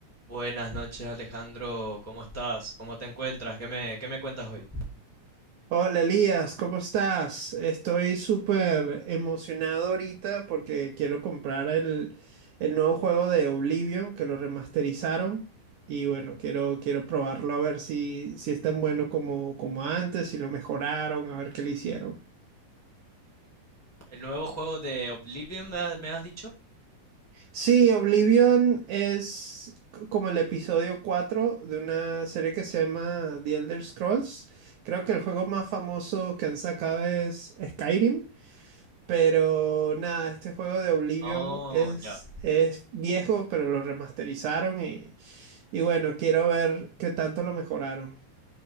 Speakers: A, in the centre; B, on the right.
A: Buenas noches Alejandro, ¿cómo estás? ¿Cómo te encuentras? ¿Qué me, qué me cuentas hoy?
B: Hola Elías, ¿cómo estás? Estoy súper emocionado ahorita porque quiero comprar el, el nuevo juego de Oblivion que lo remasterizaron y bueno, quiero, quiero probarlo a ver si, si es tan bueno como, como antes, si lo mejoraron, a ver qué le hicieron.
A: ¿El nuevo juego de Oblivion me, ha- me has dicho?
B: Sí, Oblivion es c- como el episodio 4 de una serie que se llama The Elder Scrolls. Creo que el juego más famoso que han sacado es Skyrim. Pero nada, este juego de Oblivion
A: Oh,
B: es,
A: ya.
B: es viejo, pero lo remasterizaron y, y bueno, quiero ver qué tanto lo mejoraron.